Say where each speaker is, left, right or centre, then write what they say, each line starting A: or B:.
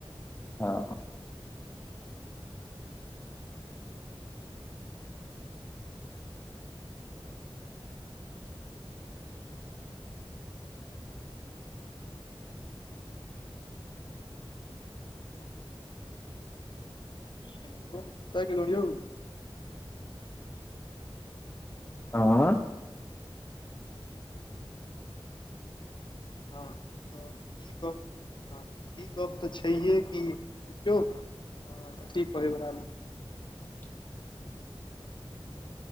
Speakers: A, on the left (about 20°); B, on the left (about 55°).
A: ह।
B: हेलो पच किलो यौ।
A: आ
B: हँ त ई कह की गप तऽ छैहे की देखियौ ह ठीक कहयरा
A: <inaudible>